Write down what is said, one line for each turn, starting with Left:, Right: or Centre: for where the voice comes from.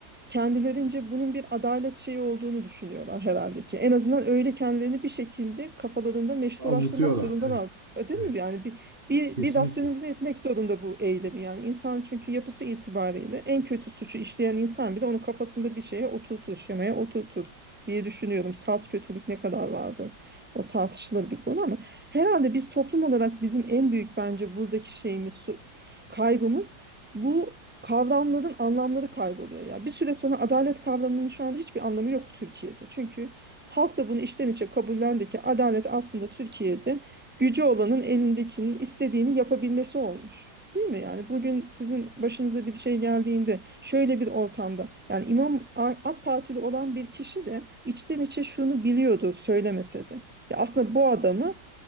Centre: kendilerince bunun bir adalet şeyi olduğunu düşünüyorlar herhalde ki. En azından öyle kendilerini bir şekilde kafalarında meşrulaştırmak
Right: Avutuyorlar.
Centre: zorundalar.
Right: Evet.
Centre: Değil
Right: Evet.
Centre: mi? Yani bir, bir,
Right: Kesinlikle.
Centre: bir rasyonelize etmek zorunda bu eylemi. Yani insan çünkü yapısı itibariyle en kötü suçu işleyen insan bile onu kafasında bir şeye oturtur, şemaya oturtur diye düşünüyorum. Salt kötülük ne kadar vardı? O tartışılır bir konu ama herhalde biz toplum olarak bizim en büyük bence buradaki şeyimiz su- kaybımız bu kavramların anlamları kayboluyor ya. Bir süre sonra adalet kavramının şu anda hiçbir anlamı yok Türkiye'de. Çünkü halk da bunu içten içe kabullendi ki adalet aslında Türkiye'de gücü olanın elindekinin istediğini yapabilmesi olmuş. Değil mi? Yani bugün sizin başınıza bir şey geldiğinde şöyle bir ortamda yani İmam A- AK Partili olan bir kişi de içten içe şunu biliyordu söylemese de. Ya aslında bu adamı